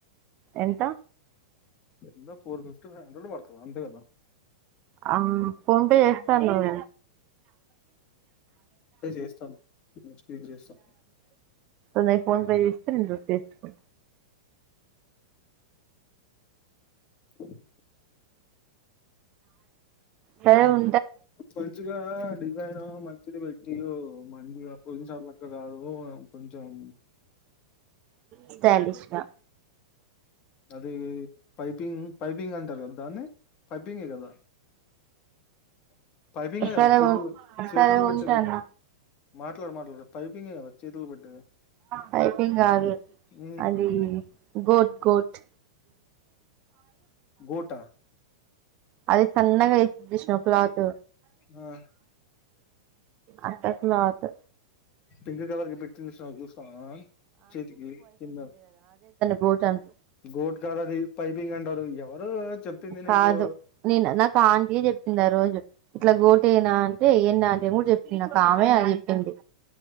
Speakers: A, on the right; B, on the left.
A: ఎంత
B: ఎందా ఫోర్ ఫిఫ్టీ ఫైవ్ హండ్రెడ్ పడుతుంది అంతే కదా
A: ఆ ఫోన్ పే చేస్తాను నువ
B: పే చేస్తాను నెక్స్ట్ వీక్ చేస్తా
A: న్నా ఫోన్ పే చేస్త నీలో చెస్కో
B: <inaudible>
A: సరే ఉ
B: మంచిగా డిజైన్ మంచిది పెట్టి మంచిగా పొయియినా కొదిసార్లు లక్క కాదు కొంచం
A: స్టాలిష్ గా
B: అది పైపింగ్ పైపింగ్ అంటారు కదా దాన్ని పైపింగే కదా <inaudible> పైపింగ్ కదా
A: సరే
B: చేతులు
A: ఉ
B: చేతులకు
A: సరే ఉంటాను
B: పెట్టేదినా మాట్లాడు మాట్లాడు పైపింగ్ కదా చేతులు పట్టిది
A: పైపింగ్ ఆ
B: ఉమ్
A: అది గోట్ గోట్
B: గోటా
A: అది సన్నగా వేతుష్ క్లాత్
B: ఆ
A: అంత క్లాత్
B: టింగార్ ఇవరకి పెట్టిచ్చిన చూస్తాం చేతికి కింద
A: బోత అంత
B: గోట్ గారుది పైపిగ్ అండారు ఎవరు చెప్పింది నీకు
A: కాదు నేను నాకు ఆంటీయే చెప్పింది ఆ రోజు ఇట్లా
B: ఆ
A: గోటేనా అదే ఎన్ని అంతేమడు చెప్పంది నాక ఆమె అది చెప్పింది